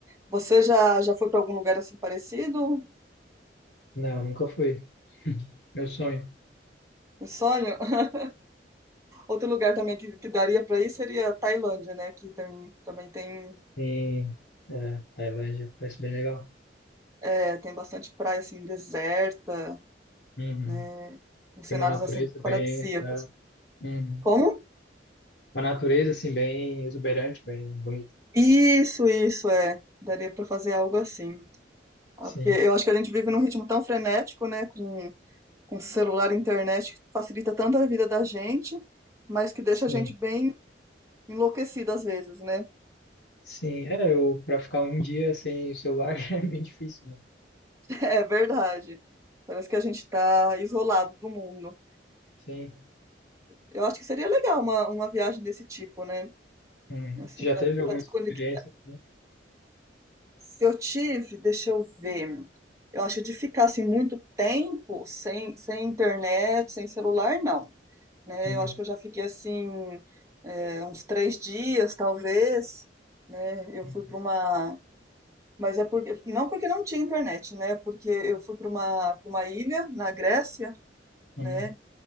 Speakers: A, on the right (about 20°); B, on the left (about 70°).
A: Você já, já foi para algum lugar assim parecido?
B: Não, nunca fui. <laughs> Meu sonho.
A: Um sonho? <laughs> Outro lugar também que, que daria para ir seria a Tailândia, né? Que tem, também tem,
B: E, é, Tailândia parece bem legal.
A: é, tem bastante praia assim deserta,
B: Uhum.
A: né? Com cenários
B: Tem uma natureza
A: assim paradisíacos.
B: bem. é, uhum.
A: Como?
B: Uma natureza assim, bem exuberante, bem bonita.
A: Isso, isso é. Daria para fazer algo assim. Ah,
B: Sim,
A: porque eu acho que a gente vive num ritmo tão frenético, né, com, com celular e internet, que facilita tanto a vida da gente, mas que deixa
B: sim,
A: a gente bem enlouquecida às vezes, né?
B: sim. É, eu, pra ficar um dia sem o celular <laughs> é bem difícil, né?
A: <laughs> É verdade. Parece que a gente tá isolado do mundo.
B: Sim.
A: Eu acho que seria legal uma, uma viagem desse tipo, né?
B: Uhum.
A: Assim,
B: Tu já
A: pra,
B: teve alguma
A: pra desconectar.
B: experiência? assim?
A: Eu tive, deixa eu ver. Eu acho que de ficar assim muito tempo sem, sem internet, sem celular, não. né?
B: Uhum.
A: Eu acho que eu já fiquei assim, é, uns três dias, talvez, né? Eu
B: Uhum.
A: fui para uma. Mas é porque. Não porque não tinha internet, né? Porque eu fui para uma, para uma ilha na Grécia,
B: Uhum.
A: né?